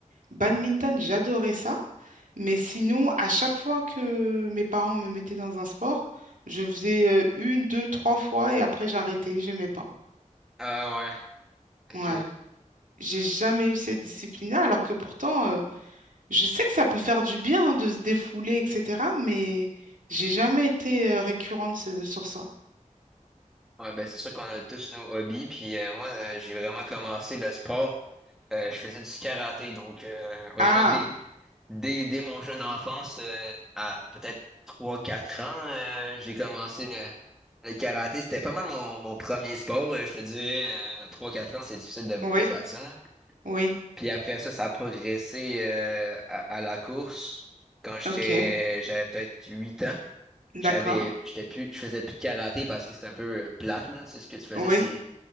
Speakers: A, on the right; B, in the centre.
A: Badminton, j'adorais ça. Mais sinon, à chaque fois que mes parents me mettaient dans un sport, je faisais euh, une, deux, trois fois et après j'arrêtais, j'aimais pas.
B: Ah ouais,
A: Ouais.
B: ok.
A: J'ai jamais eu cette discipline-là, alors que pourtant, euh, je sais que ça peut faire du bien hein, de se défouler, etc. Mais j'ai jamais été euh, récurrente ce- sur ça.
B: Ouais, ben c'est sûr qu'on a tous nos hobbies. Puis euh, moi, euh, j'ai vraiment commencé le sport. euh, je faisais du karaté, donc euh, vraiment
A: Ah,
B: des, Dès, dès mon jeune enfance, euh, à peut-être trois quatre ans, euh, j'ai commencé le, le karaté. C'était pas mal mon, mon premier sport, euh, je te dirais. euh, à 3-4 ans, c'est difficile de,
A: oui,
B: de battre ça. là.
A: oui,
B: Puis après ça, ça a progressé euh, à, à la course. Quand j'étais,
A: ok,
B: j'avais peut-être 8 ans,
A: d'accord,
B: j'avais, j'étais plus, je faisais plus de karaté parce que c'était un peu euh, plate, là. Tu sais, ce que tu faisais,
A: oui,
B: c'est,